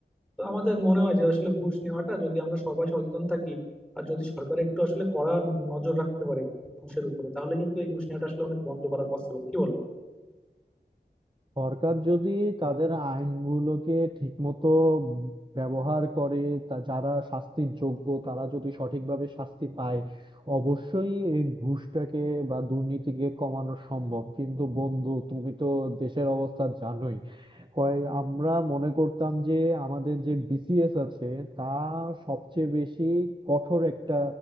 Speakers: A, in the centre; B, on the right.
A: তো আমাদের মনে হয় যে আসলে ঘুষ নেওয়াটা যদি আমরা সবাই সচেতন থাকি আর যদি সরকার একটু আসলে কড়া নজর রাখতে পারে ঘুষের উপরে তাহলে কিন্তু এই ঘুষ নেওয়াটা আসলে অনেক বন্ধ করা পসিবল কি বলো
B: সরকার যদি তাদের আইনগুলোকে ঠিকমতো ব্যবহার করে তা যারা শাস্তির যোগ্য তারা যদি সঠিকভাবে শাস্তি পায় অবশ্যই এই ঘুষটাকে বা দুর্নীতিকে কমানো সম্ভব কিন্তু বন্ধু তুমি তো দেশের অবস্থা জানোই কয় আমরা মনে করতাম যে আমাদের যে বিসিএস আছে তা সবচেয়ে বেশি কঠোর একটা